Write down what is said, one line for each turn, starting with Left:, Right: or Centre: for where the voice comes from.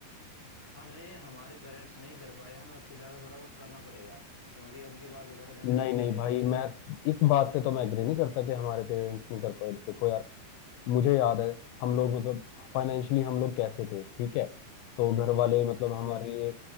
Centre: हमें हमारे पेरेंट्स नहीं कर पाए हमें उससे ज्यादा थोड़ा बहुत करना पड़ेगा क्योंकि अब की बार तो थोड़ा जनरेशन
Left: नहीं नहीं
Centre: भी चेंज
Left: भाई
Centre: हो रही
Left: मैं
Centre: है ना यार
Left: इस बात से तो मैं एग्री नहीं करता कि हमारे पेरेंट्स नहीं कर पाए देखो यार मुझे याद है हम लोग मतलब फाइनेंशियली हम लोग कैसे थे ठीक है तो
Centre: हम्म
Left: घर
Centre: हम्म
Left: वाले मतलब हमारे लिए